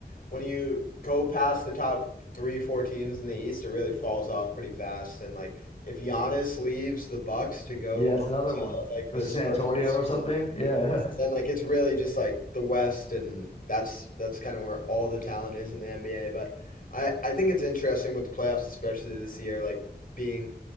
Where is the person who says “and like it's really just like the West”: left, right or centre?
Left